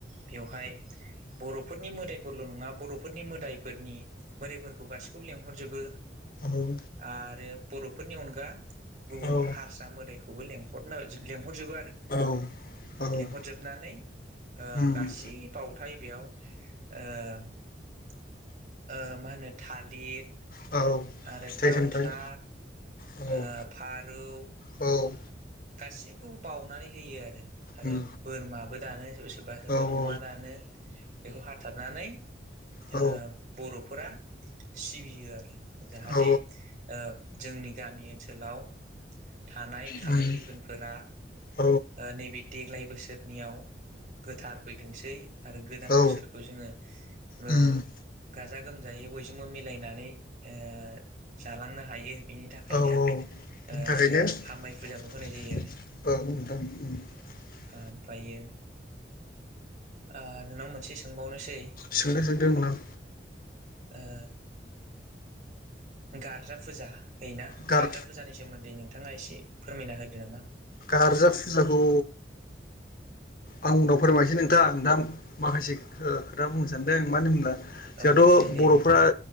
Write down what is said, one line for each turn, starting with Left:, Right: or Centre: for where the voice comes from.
Right: बेवहाय बर'फोरनि मोदायफोर ल' नङा बर'फोरनि मोदायफोरनि मोदायफोरखौ गाैखौबो लेंहरजोबो
Left: औ
Right: आरो बर'फोरनि अनगा गुबुन
Left: औ औ
Right: हारसा मोदायखौबो लेंहरनो लेंहरजोबो आरो
Left: औ औ
Right: लिंहरजोबनानै ओ
Left: उम
Right: गासै बावथाय बेयाव ओ ओ मा होनो थालित
Left: औ
Right: आरो
Left: फिथाइ
Right: दाउसा
Left: सामथाइ औ
Right: ओ फारौ
Left: औ
Right: गासिखौबो बाउनानै होयो आरो आरो
Left: उम
Right: बोरमाबो दानो सोरबा सोरबा सोरबा
Left: औ
Right: अमा
Left: औ
Right: दानो बेखौ हाथारनानै
Left: औ
Right: ओ बर' फोरा सिबियो आरो जाहाथे
Left: औ
Right: ओ जोंनि गामि ओनसोलाव थानाय खालाय
Left: उम
Right: दै फोनफोरा
Left: औ
Right: ओ नैबे देग्लाय बोसोरनियाव गोथार फैथोंसै आरो गोदान
Left: औ
Right: बोसोरखौ जोंङो ओ
Left: उम
Right: गाजा गोमजायै बयजोंबो मिलायनानै ओ जालांनो हायो बिनि थाखायनो
Left: औ बिनि
Right: ओ
Left: थाखायनो
Right: हामबाय फुजाखौ होनाय
Left: <unintelligible>
Right: जायो आरो ओमफायो ओ नोंनाव मोनसे सोंबावनोसै
Left: सोंनो सोंदों नोंनाव
Right: ओ गारजा फुजा होयोना
Left: गार
Right: गार्जा फुजानि सोमोन्दै नोंथाङा एसे फोरमायना होदो नामा
Left: गारजा फुजाखौ आं उनाव फोरमायसै नोंथां दा माखासे ओ खोथा बुंनो सानदों मानो होनब्ला
Right: औ
Left: जोंहाथ'
Right: बुं दे
Left: बर'फ्रा
Right: बुं बुं